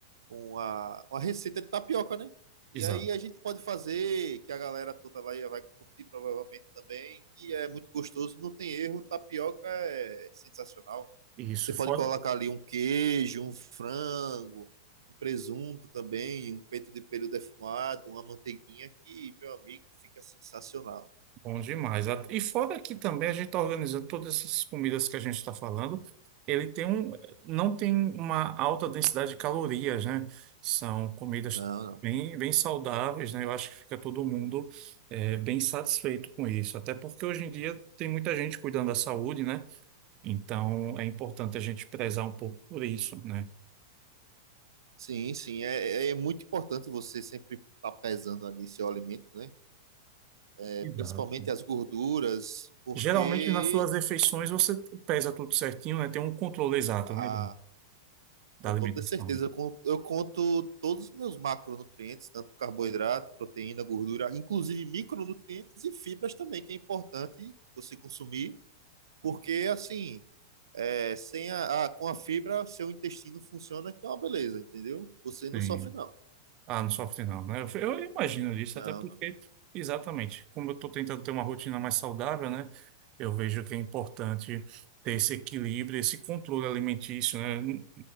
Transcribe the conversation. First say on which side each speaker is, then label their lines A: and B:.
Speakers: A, on the right; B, on the right.
A: uma, uma receita de tapioca, né? E
B: Exato.
A: aí a gente pode fazer, que a galera toda lá vai curtir provavelmente também, que é muito gostoso, não tem erro, tapioca é sensacional.
B: Isso.
A: Você pode
B: fora
A: colocar ali um queijo, um frango, um presunto também, um peito de peru defumado, uma manteiguinha que, meu amigo, fica sensacional.
B: Bom demais. A- E fora que também a gente está organizando todas essas comidas que a gente está falando, ele tem um, não tem uma alta densidade de calorias, né? São comidas
A: Não, não.
B: bem, bem saudáveis, né? Eu acho que fica todo mundo eh, bem satisfeito com isso. Até porque hoje em dia tem muita gente cuidando da saúde, né? Então é importante a gente prezar um pouco por isso, né?
A: Sim, sim, é, é é muito importante você sempre estar pesando ali seu alimento, né? É,
B: Exato.
A: principalmente as gorduras, porque
B: Geralmente nas suas refeições você pesa tudo certinho, né? Tem um controle exato,
A: a,
B: né?
A: com
B: da alimentação.
A: toda certeza. Eu conto, eu conto todos os meus macronutrientes, tanto carboidrato, proteína, gordura, inclusive micronutrientes e fibras também, que é importante você consumir, porque assim, é, sem a, a- com a fibra, seu intestino funciona, que é uma beleza, entendeu? Você não
B: Sim.
A: sofre, não.
B: Ah, não sofre não, né? Eu, eu imagino isso,
A: Não,
B: até porque,
A: não.
B: exatamente, como eu estou tentando ter uma rotina mais saudável, né? Eu vejo que é importante ter esse equilíbrio, esse controle alimentício, né?